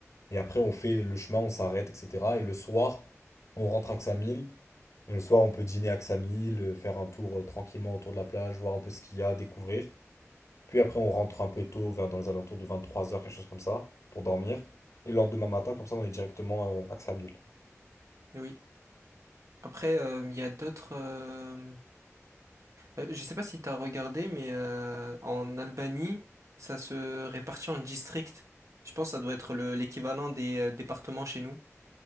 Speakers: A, on the left; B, on the right.
A: et après on fait le chemin, on s'arrête, etc. Et le soir, on rentre à Ksamil et le soir on peut dîner à Ksamil, euh, faire un tour euh, tranquillement autour de la plage, voir un peu ce qu'il y a, découvrir. Puis après on rentre un peu tôt, vers dans les alentours de 23 heures, quelque chose comme ça, pour dormir. Et le lendemain matin, comme ça on est directement euh, à Ksamil.
B: Oui. Après, euh, il y a d'autres... euh, Euh, je sais pas si t'as regardé, mais euh, en Albanie, ça se répartit en districts. Je pense que ça doit être le- l'équivalent des euh, départements chez nous.